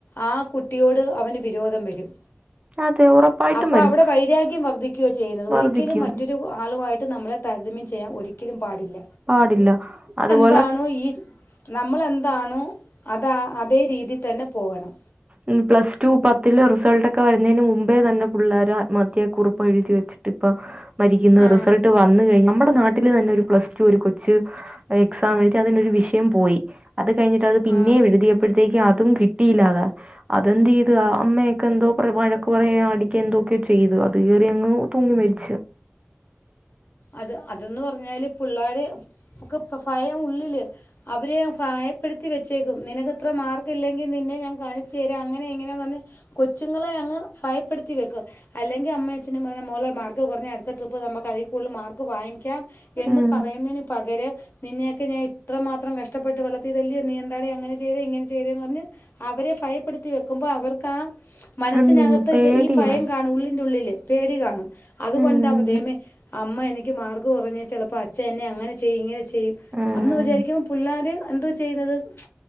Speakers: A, on the left (about 50°); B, on the right (about 25°).
A: ആ കുട്ടിയോട് അവന് വിരോധം വരും
B: അതെ ഉറപ്പായിട്ടും
A: അപ്പൊ
B: വരും
A: അവിടെ വൈരാഗ്യം വർദ്ധിക്യോ ചെയ്യുന്നത്
B: വർധിക്കും
A: ഒരിക്കലും മറ്റൊരു ഒ ആളുമായിട്ട് നമ്മളെ താരതമ്യം ചെയ്യാൻ ഒരിക്കലും പാടില്ല.
B: പാടില്ല അതുപോ
A: ന്താണോ ഈ നമ്മളെന്താണൂ അതാ അതേ രീതി തന്നെ പോകണം.
B: മ് പ്ലസ് ടു പത്തിലെ റിസൾട്ടക്കെ വരുന്നതിന് മുമ്പേ തന്നെ പിള്ളേർ ആത്മത്യാ കുറുപ്പ് എഴുതിവെച് ഇപ്പൊ മരിക്കുന്ന
A: ആ
B: റിസൾട്ട് വന്ന് കഴിഞ്ഞ് നമ്മുടെ നാട്ടില് തന്നെ ഒരു പ്ലസ് ടു ഒരു കൊച്ച് എക്സാം എഴുതി അതിനൊരു വിഷയം പോയി. അത് കഴിഞ്ഞിട്ട് അത് പിന്നേം
A: ആ
B: എഴുതിയപ്പൊഴത്തേക്ക് അതും കിട്ടിയില്ലാതാ അതെന്തേത് ആ അമ്മേ ക്കെന്തോ പറ വഴക്ക് പറയ അടിക്കന്തക്കെ ചെയ്തു അത് കയറി അങ്ങ് തൂങ്ങി മരിച്ച്.
A: അത് അതന്ന് പറഞ്ഞാല് പിള്ളാര് ഒക്ക പ് ഫയം ഉള്ളില് അവരെ ഫായപ്പെടുത്തി വെച്ചേക്കും നിനക്ക്ത്ര മാർക്കില്ലെങ്കി നിന്നെ ഞാൻ കാണിച്ചു തരാം അങ്ങനെ ഇങ്ങനെന്നറഞ്ഞ് കൊച്ചുങ്ങളെ അങ്ങ് ഫയപ്പെടുത്തി വെക്ക് അല്ലെങ്കി അമ്മയച്ഛനും പയ മോളെ മാർക്ക് കുറഞ്ഞ അടുത്ത ട്രിപ്പ് നമ്മക്ക് അതി കൂടൽ മാർക്ക് വാങ്ങിക്കാം
B: ഉം
A: എന്ന് പറയ്ന്നയിന് പകരം നിന്നെയെക്കെ ഞാൻ ഇത്രമാത്രം കഷ്ടപ്പെട്ട് വളർത്തിയതല്ല്യോ നീയെന്താടി അങ്ങനെ ചെയ്തെ ഇങ്ങനെ ചെയതേന്ന് പറഞ്ഞ് അവരെ ഫയപ്പെടുത്തി വെക്കുമ്പോ അവർക്കാ മനസ്സിനകത്ത
B: ഉം പേടിയാ
A: ഇത് ഈ ഫയം കാണും ഉള്ളിന്റെ ഉള്ളില് പേടി കാണും അതുകൊണ്ടാവദേമേ
B: ഉം
A: അമ്മ എനിക്ക് മാർക്ക് കുറഞ്ഞാൽ ചിലപ്പോ അച്ഛ എന്നെ അങ്ങനെ ചെയ്യും ഇങ്ങനെ ചെയ്യും
B: ഉം
A: അന്ന് വിചാരിക്കുമ്പോ പിള്ളാര് എന്തോ ചെയ്യുന്നത് മ്ച്